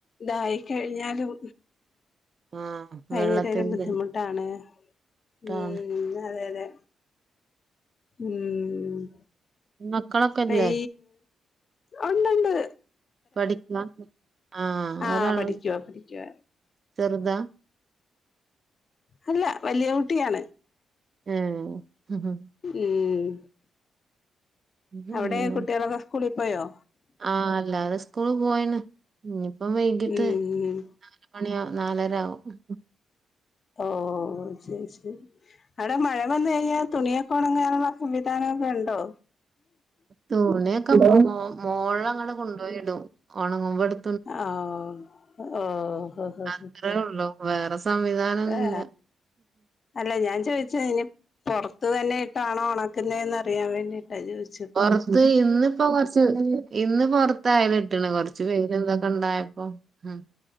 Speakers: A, on the left; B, on the right.
A: ഇതായി കഴിഞ്ഞാലും
B: ആഹ്
A: ഭയങ്കര
B: വെള്ളത്തിന്റെ
A: ഒരു ബുദ്ധിമുട്ടാണ്
B: താണ്
A: ഉം അതെ അതെ ഉം
B: മക്കളൊക്കെ
A: കൈ
B: ഇല്ലേ
A: ഉണ്ട് ഉണ്ട്
B: പഠിക്കണ് ആഹ്
A: ആ
B: ഒരാള്
A: പഠിക്കുവ പഠിക്കുവ
B: ചെറുതാ
A: അല്ല വലിയ കുട്ടിയാണ്
B: ഏഹ് ഉം ഉം
A: ഉം
B: പിന്നെ
A: അവിടെ കുട്ടികളൊക്കെ സ്കൂളിൽ പോയോ
B: ആഹ് എല്ലാരും സ്കൂള് പോയിണ് ഇനിയിപ്പം വൈകിട്ട്
A: ഉം
B: നാല് മണിയാവ നാലര ആവും
A: ഓഹ് ശെരി <unintelligible> അവിടെ മഴ വന്ന് കഴിഞ്ഞാൽ തുണിയൊക്കെ ഒണങ്ങാനുള്ള സംവിധാനങ്ങളൊക്കെ ഇണ്ടോ
B: തുണിയൊക്കെ മോളിലങ്ങട് കൊണ്ടുപോയിടും ഉണങ്ങുമ്പോ എടു
A: ഓഹ് ഓഹോ ഹോ
B: അത്രേ ഉള്ളൂ വേറെ സംവിധാനം
A: ആ
B: ഒന്നുല്ല
A: അല്ല ഞാൻ ചോദിച്ച ഇനി പുറത്ത് തന്നൊയിട്ടാണോ ഉണക്കുന്നന്ന് അറിയാൻ വേണ്ടിട്ടാ ചോദിച്ച
B: പോറത്ത് ഇന്നിപ്പോ കൊറച്ച് ഇന്ന് പോറത്തായിരുന്ന് ഇിട്ടണ കൊറച്ച് പിന്നെ എന്താ ഇണ്ടായപ്പോ ഉം